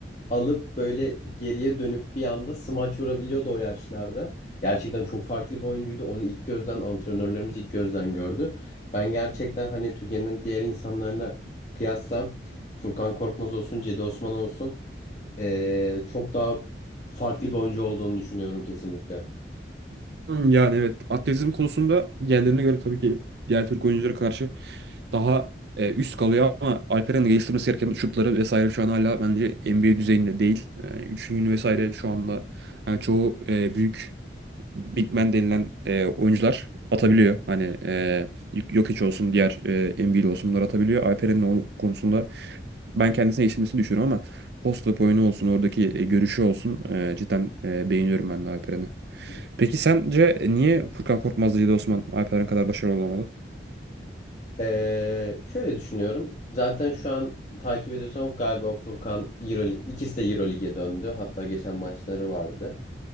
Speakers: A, on the left; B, on the right.
A: alıp böyle geriye dönüp bir anda smaç vurabiliyordu o yaşlarda. Gerçekten çok farklı bir oyuncuydu. Onu ilk gözden antrenörlerimiz ilk gözden gördü. Ben gerçekten hani Türkiye'nin diğer insanlarına kıyasla Furkan Korkmaz olsun, Cedi Osman olsun eee, çok daha farklı bir oyuncu olduğunu düşünüyorum kesinlikle.
B: Hmm, Yani evet atletizm konusunda diğerlerine göre tabii ki diğer Türk oyunculara karşı daha e, üst kalıyor ama Alperen'in geliştirmesi gereken şutları vesaire şu an hala bence NBA düzeyinde değil. E, üçlüğünü vesaire şu anda hani çoğu e, büyük big man denilen e, oyuncular atabiliyor.
A: Hı
B: Hani e, Jokic olsun, diğer e, Embiid olsun bunlar atabiliyor. Alperen'in o konusunda ben kendisine yetiştirmesini düşünüyorum ama post-up oyunu olsun, oradaki e, görüşü olsun e, cidden e, beğeniyorum ben de Alperen'i.
A: hı.
B: Peki sence niye Furkan Korkmaz, Cedi Osman Alperen kadar başarılı olamadı?
A: Ee, şöyle düşünüyorum. Zaten şu an takip ediyorsam galiba Furkan Euroleague, ikisi de Euroleague'e döndü. Hatta geçen maçları vardı.